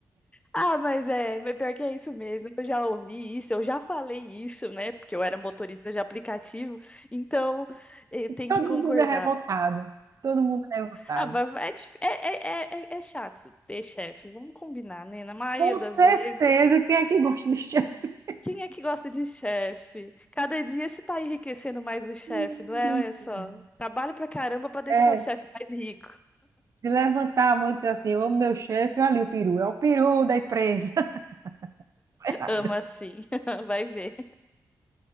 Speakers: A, on the left (about 20°); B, on the right (about 55°).
A: Ah, mas é, mas pior que é isso mesmo. Eu já ouvi isso, eu já falei isso, né? Porque eu era motorista de aplicativo, então eh,
B: <laughs>
A: tem
B: Todo
A: que concordar.
B: mundo é revoltado, todo mundo é revoltado.
A: Ah, mas é, dif- é, é, é, é é chato ter chefe, vamos combinar, né? Na maioria
B: Com
A: das
B: certeza,
A: vezes,
B: quem é que gosta de chefe?
A: quem é que gosta de chefe? Cada dia se tá enriquecendo mais o chefe,
B: <laughs>
A: não é? Olha só, trabalho pra caramba pra deixar
B: É,
A: o chefe mais rico.
B: Se levantar a mão e dizer assim, ô meu chefe, olha ali o peru, é o peru da empresa. <laughs> Sei lá.
A: Ama assim, <laughs> vai ver.